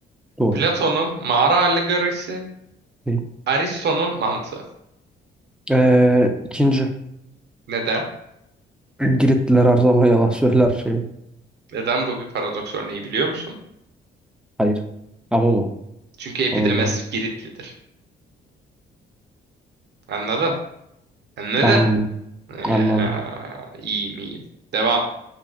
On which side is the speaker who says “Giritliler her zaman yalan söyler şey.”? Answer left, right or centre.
Centre